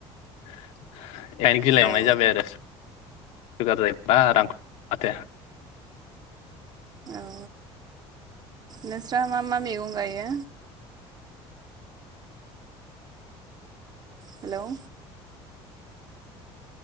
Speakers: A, on the left; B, on the right.
A: <inaudible> बेखायनो गिलाय लांनाय
B: औ
A: जाबाय आरो। सुगार जायोबा रांखब माथो
B: अ नोंस्रा मा मा मैगं गायो? हेल